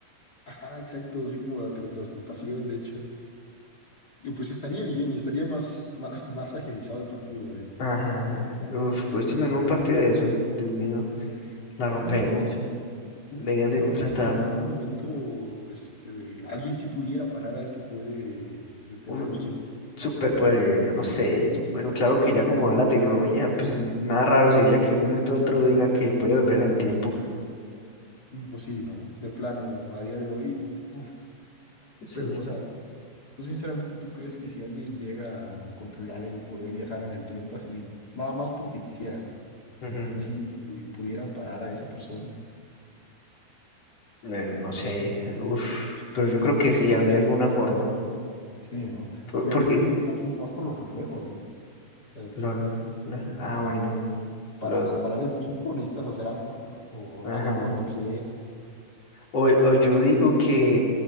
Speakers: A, on the left; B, on the left.
A: Ajá, exacto, así como la teletransportación, de hecho. Y pues estaría bien y estaría más, más, <laughs> más agilizado el partido, ¿eh?
B: Ajá. Uf, pues si en un partido de eso, Dios mío, la rompemos.
A: Mm, sí.
B: Deberían
A: ¿Tú,
B: de
A: tú
B: contratarnos.
A: crees que en algún momento este, alguien sí pudiera parar al que puede detener
B: Un
A: el tiempo?
B: superpoder, yo no sé. Bueno, claro que ya como va la tecnología, pues nada raro sería que de un momento a otro digan que puede volver en el tiempo.
A: Mm, Pues sí, ¿no? De plano, a día de hoy. uf.
B: Sí.
A: Pero, o sea, ¿tú sinceramente tú crees que si alguien llega a controlar el poder viajar en el tiempo así, nada más porque quisiera,
B: Ujú.
A: si pudieran parar a esa persona?
B: No, no sé, uf, pero yo creo que sí, habría alguna forma.
A: Sí, ¿no?
B: Por-
A: Mira,
B: Porque,
A: yo me imagino más por los reflejos, ¿no? Like,
B: los, los- ah, bueno,
A: para
B: los,
A: parar el tiempo necesitas hacer algo, ¿no? O
B: ajá.
A: si es cuando quieras.
B: O, o yo
A: ¿no?
B: digo que,